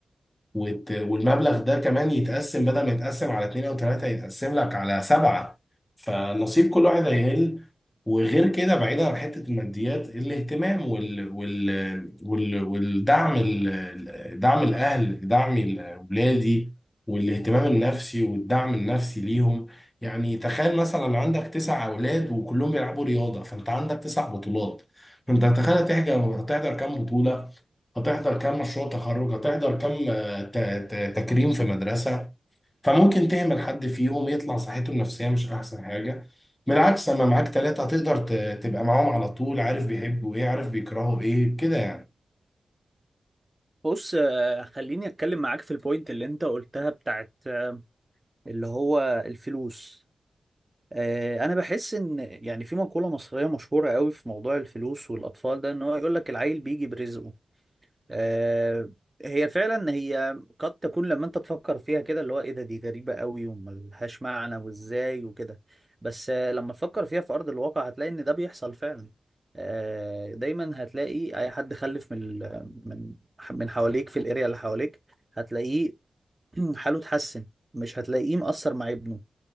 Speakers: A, on the left (about 15°); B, on the right (about 20°).
A: وت... والمبلغ ده كمان يتقسم بدل ما يتقسم على اتنين او تلاتة يتقسم لك على سبعة فنصيب كل واحد هيقل وغير كده بعيدا عن حتة الماديات الاهتمام وال... وال... وال... والدعم ال... دعم الأهل دعم أولادي والاهتمام النفسي والدعم النفسي ليهم يعني تخيل مثلا عندك تسع أولاد وكلهم بيلعبوا رياضة فأنت عندك تسع بطولات فأنت هتخيل هتحجر- هتحضر كام بطولة هتحضر كام مشروع تخرج هتحضر كام آه، ت- ت- تكريم في مدرسة فممكن تهمل حد فيهم يطلع صحته النفسية مش أحسن حاجة بالعكس لما معاك تلاتة هتقدر ت- تبقى معاهم على طول عارف بيحبوا إيه عارف بيكرهوا إيه كده يعني
B: بص آه، خليني اتكلم معاك في البوينت اللي انت قلتها بتاعت آه، اللي هو الفلوس آه، انا بحس ان يعني في مقوله مصريه مشهوره قوي في موضوع الفلوس والاطفال ده ان هو يقول لك العيل بيجي برزقه آه، هي فعلا هي قد تكون لما انت تفكر فيها كده اللي هو ايه ده دي غريبة قوي وملهاش معنى وازاي وكده بس آه، لما تفكر فيها في ارض الواقع هتلاقي ان ده بيحصل فعلا آه، دايما هتلاقي اي حد خلف من ال- من من حواليك في الاريا اللي حواليك هتلاقيه <clears throat> حاله اتحسن مش هتلاقيه مقصر مع ابنه